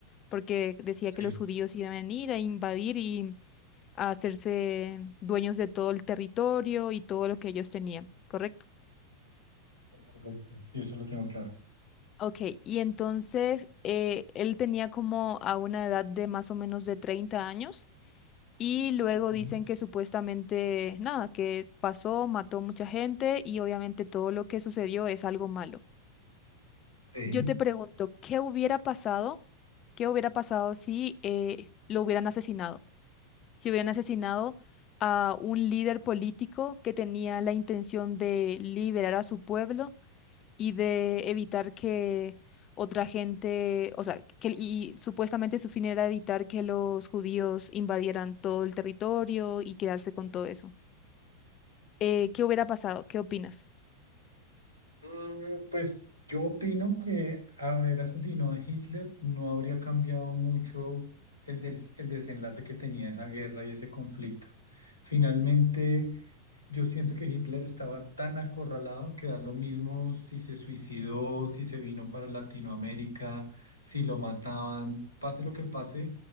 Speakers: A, on the left; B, on the left.
A: porque decía
B: Sí,
A: que los judíos iban a ir a invadir a hacerse dueños de todo el territorio y todo lo que ellos tenían, ¿correcto?
B: correcto. Sí, eso lo tengo claro.
A: Ok, y entonces eh, él tenía como a una edad de más o menos de treinta años y luego
B: Ujú.
A: dicen que supuestamente, nada, que pasó, mató mucha gente y obviamente todo lo que sucedió es algo malo.
B: Sí.
A: Yo te pregunto, ¿qué hubiera pasado? ¿Qué hubiera pasado si eh, lo hubieran asesinado? si hubieran asesinado a un líder político que tenía la intención de liberar a su pueblo y de evitar que otra gente, o sea, que y supuestamente su fin era evitar que los judíos invadieran todo el territorio y quedarse con todo eso. Eh, ¿qué hubiera pasado? ¿Qué opinas?
B: Mm, Pues yo opino que haber asesinado a Hitler no habría cambiado mucho el, des- el desenlace que tenía esa guerra y ese conflicto. Finalmente, yo siento que Hitler estaba tan acorralado que da lo mismo si se suicidó, si se vino para Latinoamérica, si lo mataban, pase lo que pase,